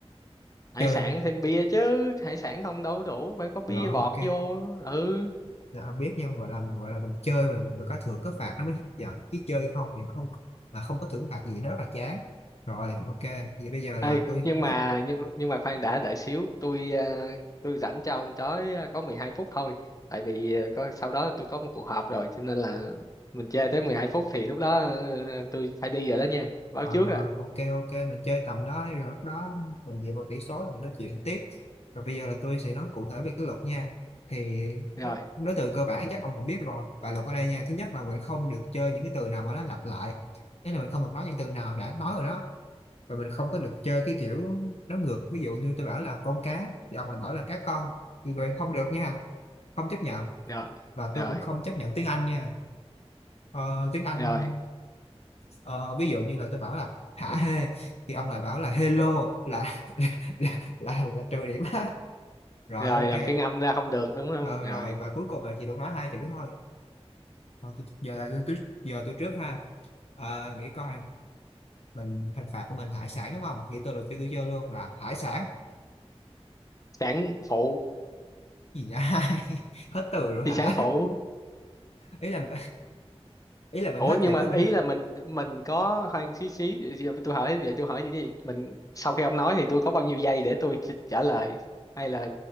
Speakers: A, on the left; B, on the left.
A: hải
B: Chơi.
A: sản
B: không?
A: thêm bia chứ hải sản không đâu đủ phải có bia
B: Rồi
A: bọt
B: ok.
A: vô ừ
B: Là ông biết nhau gọi là gọi là mình chơi mà mình phải có thưởng có phạt nó mới hấp dẫn chứ chơi không thì không là không có thưởng phạt gì nó rất là chán. Rồi ok, vậy bây giờ là
A: Ê,
B: tôi
A: nhưng mà nhưng nhưng mà khoan đã đợi xíu tôi à, tôi rảnh cho ông tới à, có 12 phút thôi tại vì à, có sau đó tôi có một cuộc họp rồi cho nên là mình chơi tới 12 phút thì lúc đó ờ, tôi phải đi rồi đó nha báo
B: rồi
A: trước
B: rồi
A: à
B: ok ok mình chơi tầm đó đi, rồi lúc đó mình dựa vào tỷ số rồi mình nói chuyện tiếp rồi bây giờ là tôi sẽ nói cụ thể về cái luật nha thì
A: rồi
B: nó- nói từ cơ bản chắc ông cũng biết rồi và luật ở đây nha thứ nhất là mình không được chơi những cái từ nào mà nó lặp lại nên là mình không được nói những từ nào đã nói rồi đó và mình không có được chơi cái kiểu nó ngược ví dụ như tôi bảo là con cá thì ông lại bảo là cá con như vậy không được nha không chấp nhận
A: rồi
B: và
A: rồi
B: tôi cũng không chấp nhận tiếng Anh nha ờ, tiếng Anh
A: rồi
B: Ờ, ví dụ như là tôi bảo là hả hê thì ông lại bảo là hello là <laughs> là là, là trừ điểm á rồi
A: rồi
B: ok
A: là phiên âm ra không được đúng không
B: Ờ,
A: rồi
B: rồi và cuối cùng là chỉ được nói hai chữ thôi Rồi, tôi, giờ là tôi, tôi giờ tôi trước ha Ờ, nghĩ coi mình hình phạt của mình là hải sản đúng không nghĩ từ đầu tiên tôi chơi luôn là hải sản
A: sản phụ
B: gì vậy <laughs> hết từ rồi
A: thì
B: hả
A: sản phụ
B: ý là ý là mình
A: ủa
B: hết
A: nhưng
B: chữ
A: mà
B: rồi
A: ý
B: mình
A: là mình mình có khoan xí xí vậy tôi hỏi vậy tôi hỏi như thế này, mình sau khi ông nói thì tôi có bao nhiêu giây để tôi ch- trả lời hay là